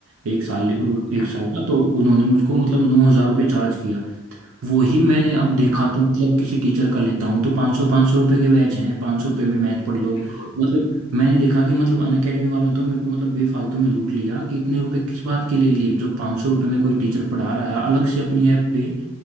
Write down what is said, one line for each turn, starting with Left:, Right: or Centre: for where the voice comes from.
Right: एक साल
Left: अच्छा,
Right: एक साल का तो उन्होंने मुझको मतलब नौ हज़ार रुपये चार्ज किया वही मैंने अब देखा
Left: हाँ
Right: तो मतलब किसी टीचर का लेता हूँ तो 500 सौ रुपए के बैच हैं 500 रुपए में मैथ पढ़ लो
Left: बिल्कुल
Right: मतलब मैंने देखा कि मतलब अनअकैडमी वालों ने तो मेरे को मतलब बेफालतू में लूट लिया कि इतने रुपए किस बात के लिए लिए जब 500 रुपए में कोई टीचर पढ़ा रहा है अलग से अपनी ऐप पे